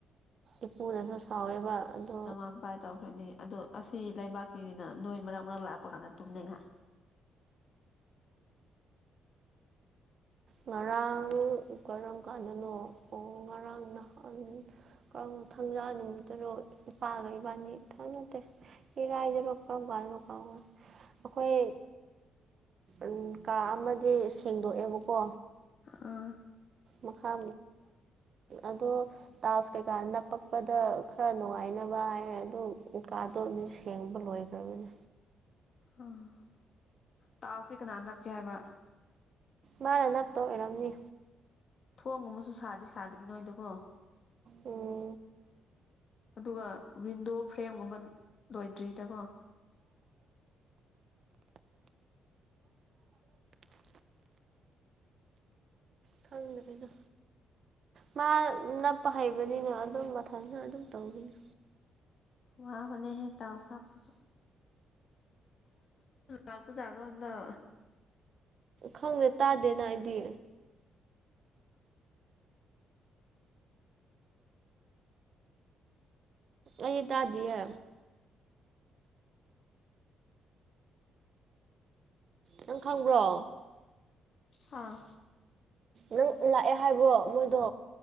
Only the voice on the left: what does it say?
ꯅꯃꯥꯥꯟ ꯄꯥꯏ ꯇꯧꯈ꯭ꯔꯅꯤ ꯑꯗꯣ ꯑꯁꯤ ꯂꯩꯕꯥꯛꯀꯤꯅ ꯅꯣꯏ ꯃꯔꯛ ꯃꯔꯛ ꯂꯥꯛꯄ ꯀꯥꯟꯗ ꯇꯨꯝꯅꯩꯉꯥꯏ
ꯑꯥ <unintelligible> <inaudible>
ꯎꯝ ꯇꯥꯏꯜꯁꯇꯤ ꯀꯅꯥ ꯅꯞꯀꯦ ꯍꯥꯏꯕ꯭ꯔ
ꯊꯣꯡ ꯑꯃꯁꯨ ꯁꯥꯗꯤ ꯁꯥꯗ꯭ꯔꯤ ꯅꯣꯏꯗꯀꯣ
ꯑꯗꯨꯒ ꯋꯤꯟꯗꯣ ꯐ꯭ꯔꯦꯝꯒꯨꯝꯕ ꯂꯣꯏꯗ꯭ꯔꯤꯗꯀꯣ
ꯋꯥꯕꯅꯦ ꯍꯦ ꯇꯥꯏꯜꯁ ꯍꯞꯄꯁꯨ ꯂꯛꯄꯥꯖꯠꯂꯣ ꯍꯟꯗꯛ
ꯍꯥꯥ